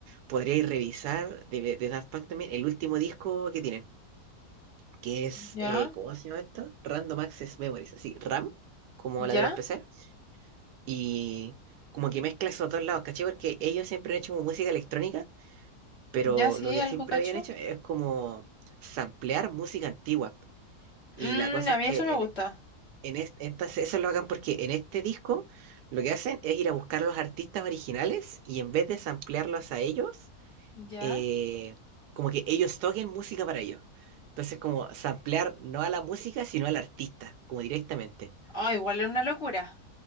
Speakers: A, on the right (about 85°); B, on the left (about 45°).
A: podríais revisar de, de Daft Punk también el último disco que tienen, que es,
B: ¿Ya?
A: eh, ¿cómo se llama esto? Random Access Memories, así, RAM, como
B: ¿Ya?
A: la de los PC. Y como que mezcla esos dos lados, ¿cachai? Porque ellos siempre han hecho como música electrónica pero
B: ¿Ya sí?
A: lo que
B: ¿Algo
A: siempre
B: cacho?
A: habían hecho es como samplear música antigua. Y
B: Mm,
A: la cosa
B: a
A: es
B: mí
A: que
B: eso me gusta.
A: en, en es- estas, eso lo hagan porque en este disco lo que hacen es ir a buscar a los artistas originales y en vez de samplearlos a ellos,
B: ¿Ya?
A: eh, como que ellos toquen música para ellos. Entonces, como samplear no a la música, sino al artista, como directamente.
B: Oh, igual es una locura.